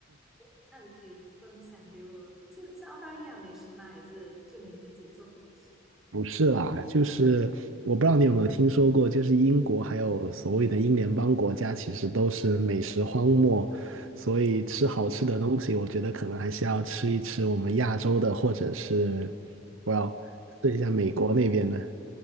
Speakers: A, in the centre; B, on the right (about 70°).
A: 哦，那你可以分享给我，是是澳大利亚美食吗？还是就你自己做的美食？
B: 不是啦，就是我不知道你有没有听说过，就是英国还有所谓的英联邦国家，其实都是美食荒漠，所以吃好吃的东西，我觉得可能还是要吃一吃我们亚洲的，或者是
A: 你
B: 我要试一下美国那边的。